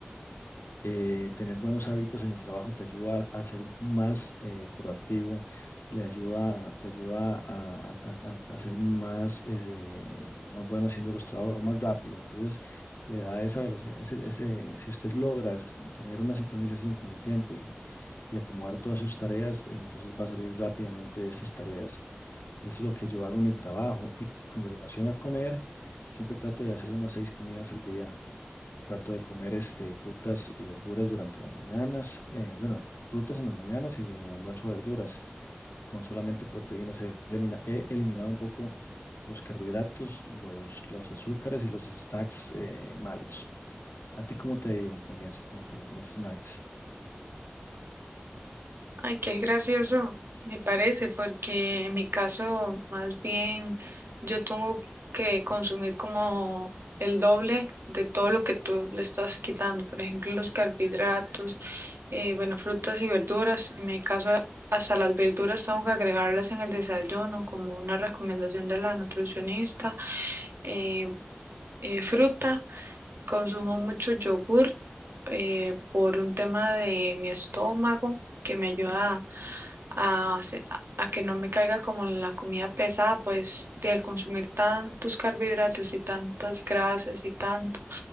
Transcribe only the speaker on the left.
eh, tener buenos hábitos en el trabajo te ayuda a ser más eh, proactivo, le ayuda, te ayuda a, a- a- a a ser más, eh, más bueno haciendo los trabajos o más rápido. Entonces, le da esa velocidad. Ese, ese, si usted logra s- tener una sincronización con el tiempo y, y acomodar todas sus tareas, entonces va a salir rápidamente de esas tareas. Eso es lo que yo hago en mi trabajo. Y con relación a comer, siempre trato de hacer unas seis comidas al día. Trato de comer este, frutas y verduras durante las mañanas. eh, bueno, frutas en las mañanas y en el almuerzo verduras. Con solamente proteínas he elimina- he eliminado un poco los carbohidratos, los, los azúcares y los snacks eh, malos. ¿A ti cómo te ha ido con eso? Cuéntame con los snacks.